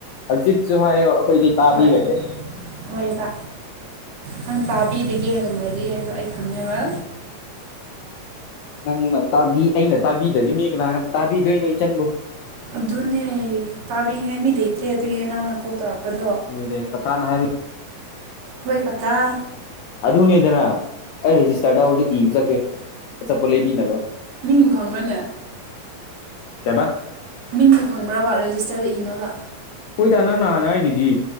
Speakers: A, on the left; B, on the right.
A: ꯍꯖꯤꯠꯁꯨ ꯍꯥꯏꯌꯣ ꯑꯩꯈꯣꯏꯗꯤ
B: ꯍꯣꯏ
A: ꯇꯥꯕꯤꯔꯒꯦ
B: ꯍꯣꯏꯕ ꯅꯪ ꯇꯥꯕꯤꯔꯤꯒꯦ ꯅ ꯉꯥꯏꯔꯤ ꯍꯥꯏꯕ ꯑꯩ ꯈꯪꯉꯦꯕ
A: ꯅꯪꯅ ꯇꯥꯕꯤ ꯑꯩꯅ ꯇꯥꯕꯤꯗꯗꯤ ꯃꯤ ꯀꯅꯥꯒ ꯇꯥꯕꯤꯗꯣꯏꯅꯣ ꯏꯆꯟꯕꯨ
B: ꯑꯗꯨꯅꯦ ꯇꯥꯕꯤꯅꯤꯡꯉꯥꯏ ꯃꯤ ꯂꯩꯇ꯭ꯔꯦ ꯑꯗꯨꯒꯤꯅꯦ ꯅꯪꯉꯣꯟꯗ ꯀꯣꯜ ꯇꯧꯔꯛꯄꯗꯣ
A: ꯑꯗꯨꯗꯤ ꯀꯀꯥꯅ ꯍꯥꯏꯕ
B: ꯍꯣꯏ ꯀꯀꯥ
A: ꯑꯗꯨꯅꯦꯗꯅ ꯑꯩ ꯔꯦꯖꯤꯁꯇꯥꯔꯗ ꯍꯧꯖꯤꯛ ꯏꯕ ꯆꯠꯀꯦ ꯆꯥꯄꯣ ꯂꯩꯕꯤꯅꯕ
B: ꯃꯤꯡꯕꯨ ꯈꯪꯕ꯭ꯔꯅꯦ
A: ꯀꯩꯕ
B: ꯃꯤꯡꯗꯣ ꯈꯪꯕ꯭ꯔꯕ ꯔꯦꯖꯤꯁꯇꯔꯗ ꯏꯅꯕ
A: ꯍꯣꯏꯗ ꯅꯪꯅ ꯍꯥꯟꯅ ꯍꯥꯏꯒꯤꯗꯤ